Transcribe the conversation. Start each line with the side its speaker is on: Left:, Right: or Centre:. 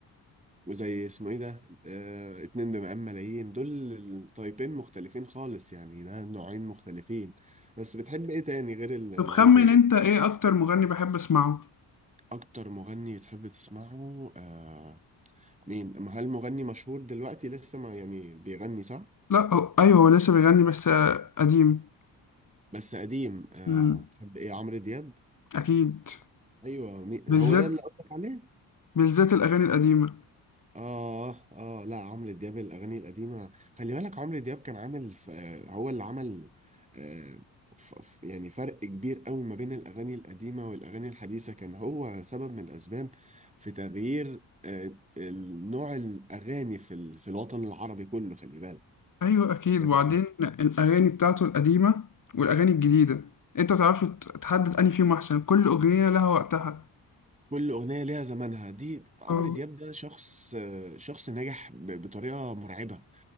Right: وزي اسمه ايه ده اه... اتنين بمقام ملايين دول التايبين مختلفين خالص يعني ده نوعين مختلفين بس بتحب ايه تاني غير
Left: <laughs>
Right: النوعين
Left: طب خمن
Right: دول
Left: انت ايه اكتر مغني بحب اسمعه
Right: اكتر مغني تحب تسمعه آه... مين ما هل مغني مشهور دلوقتي لسه ما يعني بيغني صح
Left: لا هو... ايوه هو لسه بيغني بس آه، قديم
Right: بس قديم آه...
Left: امم
Right: تحب ايه عمرو دياب
Left: اكيد
Right: ايوه مين...
Left: بالذات
Right: هو ده اللي قصدك عليه
Left: بالذات الاغاني القديمه
Right: آه آه لا عمرو دياب الأغاني القديمة خلي بالك عمرو دياب كان عامل ف- آه، هو اللي عمل آه، ف- ف- يعني فرق كبير قوي ما بين الأغاني القديمة والأغاني الحديثة كان هو سبب من الأسباب في تغيير آه، ال- نوع الأغاني في ال- في الوطن العربي كله خلي
Left: ايوه اكيد
Right: بالك
Left: وبعدين الاغاني بتاعته القديمه والاغاني الجديده انت متعرفش ت- تحدد انهي فيهم احسن كل اغنيه لها وقتها
Right: كل أغنية ليها زمانها دي عمرو
Left: أو-
Right: دياب ده شخص آه، شخص ناجح ب- بطريقة مرعبة